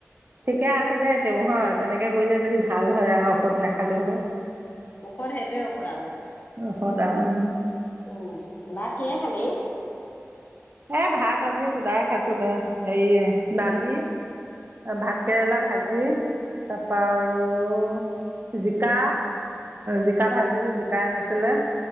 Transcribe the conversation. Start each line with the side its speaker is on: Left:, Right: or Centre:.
Right: ঠিকে আছ দে তেওঁ হয়, তেনেকে কৰিলে যদি ভাল হয় আও, ঔষধ নাখালেও হয়।
Left: ঔষধ সেইটোৱে ঔষধ আৰু মোৰ।
Right: ঔষধ আৰু
Left: উম, ভাত কিহে খালি?
Right: এ ভাত আজি সুদায় খাইছো দে, হেৰি দালি। ভাতকেৰেলা ভাজি, তাৰপৰা আৰু জিকা, জিকা ভাজিলো, জিকা আনিছিলে,